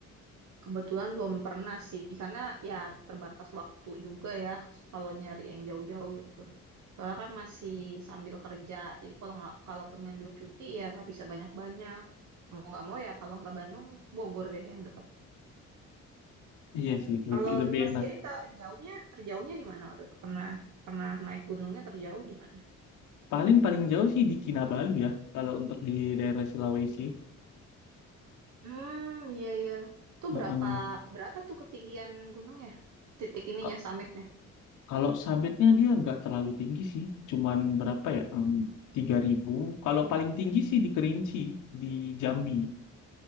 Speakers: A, on the right; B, on the left.
A: Kebetulan belum pernah sih, karena ya terbatas waktu juga ya kalau nyari yang jauh-jauh gitu. Soalnya kan masih sambil kerja, jadi kalau nggak kalaupun ngambil cuti ya nggak bisa banyak-banyak. Mau nggak mau ya kalau nggak Bandung, Bogor deh yang dekat.
B: Iya sih,
A: Kalau
B: lebih lebih
A: Lina
B: enak.
A: sendiri terjauhnya terjauhnya di mana waktu itu? Pernah pernah naik gunungnya terjauh di mana?
B: Paling paling jauh sih di Kinabalu ya, kalau untuk di daerah Sulawesi.
A: Hmm, iya iya. Itu
B: Heeh.
A: berapa berapa tuh ketinggian gunungnya? Titik ininya
B: Ka-
A: summitnya.
B: Kalau sabitnya dia nggak terlalu tinggi sih, cuman berapa ya? Mmm, Tiga ribu. Kalau paling tinggi sih di Kerinci, di Jambi,